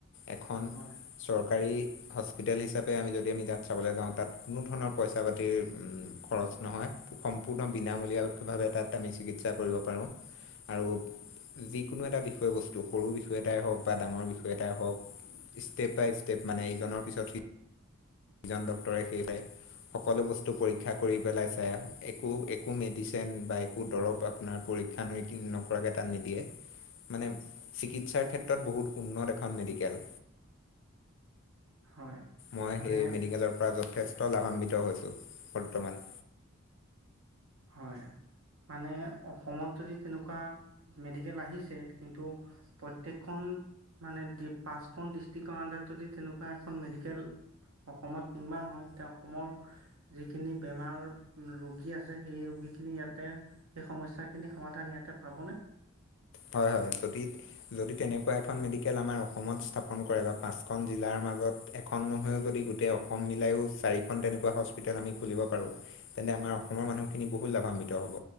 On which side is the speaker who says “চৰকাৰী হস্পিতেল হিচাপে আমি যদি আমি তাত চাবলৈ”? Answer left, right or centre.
Left